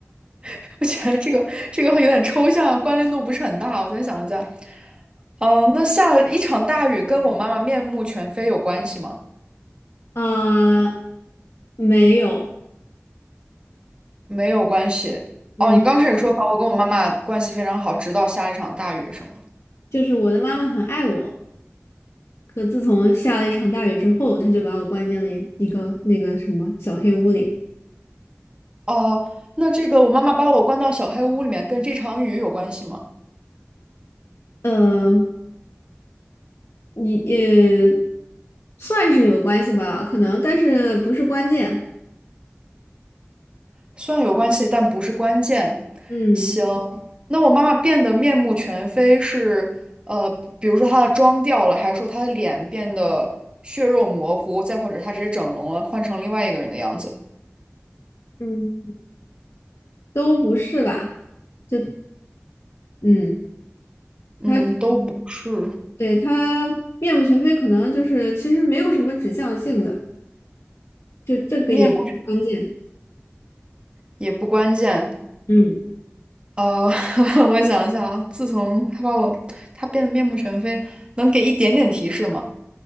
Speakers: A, on the right; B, on the left.
A: <laughs> 我觉得这个这个会有点抽象啊，关联度不是很大。我再想一下，嗯、那下了一场大雨，跟我妈妈面目全非有关系吗？
B: 啊、没有，
A: 没有关系。
B: 嗯。
A: 哦，你刚开始说的我跟我妈妈关系非常好，直到下了一场大雨，是吗？
B: 就是我的妈妈很爱我，可自从下了一场大雨之后，她就把我关进了一一个那个什么小黑屋里。
A: 哦，那这个我妈妈把我关到小黑屋里面，跟这场雨有关系吗？
B: 呃，你呃，算是有关系吧，可能，但是不是关键。
A: 算有关系，但不是关键。
B: 嗯
A: 行，那我妈妈变得面目全非是，呃，比如说她的妆掉了，还是说她的脸变得血肉模糊，再或者她直接整容了，换成另外一个人的样子？
B: 嗯，都不是吧？就嗯，
A: 嗯，
B: 他
A: 都不是，
B: 对他面目全非，可能就是其实没有什么指向性的，就这个也不关键。
A: 面目也不关键。
B: 嗯
A: 呃，<laughs> 我想想啊，自从她把我，她变得面目全非，能给一点点提示吗？